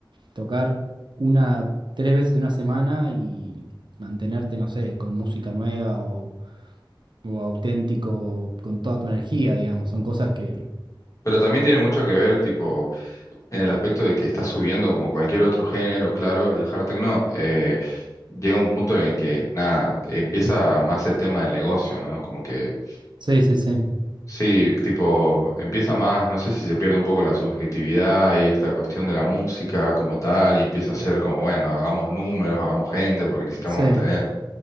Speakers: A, on the right; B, on the left.
A: tocar una, tres veces en una semana y mantenerte, no sé, con música nueva o, o auténtico, con toda tu energía, digamos. Son cosas que.
B: Pero también tiene mucho que ver, tipo, en el aspecto de que está subiendo como cualquier otro género, claro, el hard techno eh, llega un punto en el que, nada, empieza más el tema del negocio, ¿no? Como que,
A: Sí, sí, sí.
B: sí, tipo, empieza más, no sé si se pierde un poco la subjetividad y esta cuestión de la música como tal, y empieza a ser como, bueno, hagamos números, hagamos gente, porque necesitamos
A: Sí,
B: mantener,